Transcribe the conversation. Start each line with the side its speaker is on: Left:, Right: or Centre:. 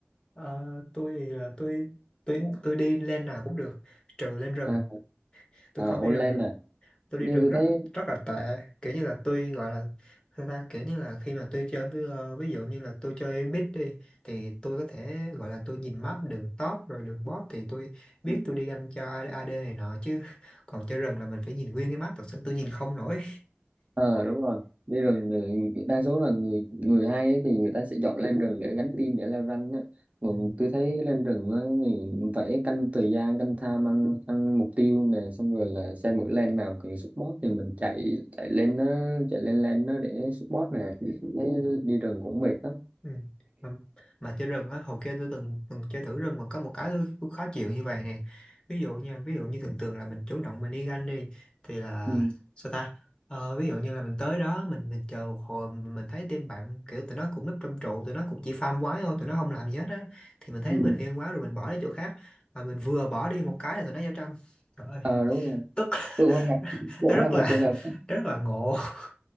Left: Ờ, tôi thì là tôi tôi tôi đi lên nào cũng được trừ lên rừng
Right: à,
Left: tôi
Right: à
Left: không đi
Right: online
Left: rừng được
Right: à
Left: tôi đi
Right: như
Left: rừng
Right: tôi
Left: rất
Right: thấy
Left: rất là tệ kiểu như là tôi gọi là sao ta kiểu như là khi mà tôi chơi với ờ, ví dụ như là tôi chơi bit đi thì tôi có thể gọi là tôi nhìn map đường top rồi đường bot thì tôi biết
Right: Ừ.
Left: tôi đi ganh cho AD này nọ chứ còn chơi rừng là mình phải nhìn nguyên cái map thật sự tôi nhìn không nổi
Right: ờ đúng rồi đi rừng thì đa số là người người hay ấy thì người ta sẽ chọn lên rừng để gánh team để leo rank á còn
Left: Ừ.
Right: tôi thấy lên rừng á thì phải canh thời gian canh time ăn ăn mục tiêu nè xong rồi là xem mỗi lane nào cần support thì mình chạy chạy lên nó chạy lên lane nó để support nè thấy đi rừng cũng mệt lắm
Left: Ừ. Mà, mà chơi rừng á hồi kia tôi từng từng chơi thử rừng mà có một cái tôi, tôi khó chịu như vậy nè ví dụ nha ví dụ như thường thường là mình chủ động mình đi ganh đi thì là
Right: ừ.
Left: sao ta ờ, ví dụ như là mình tới đó mình mình chờ một hồi mình mình thấy team bạn kiểu tụi nó cũng núp trong trụ tụi nó cũng chỉ farm quái thôi tụi nó không làm gì hết á thì mình thấy
Right: Ừ.
Left: nó bình yên quá rồi mình bỏ đi chỗ khác mà mình vừa bỏ đi một cái là tụi nó giao tranh trời ơi
Right: ờ đúng rồi
Left: tức
Right: tôi cũng hay gặp tôi
Left: <laughs> nó
Right: cũng
Left: rất
Right: hay gặp
Left: là
Right: trường hợp đó.
Left: rất là ngộ <laughs>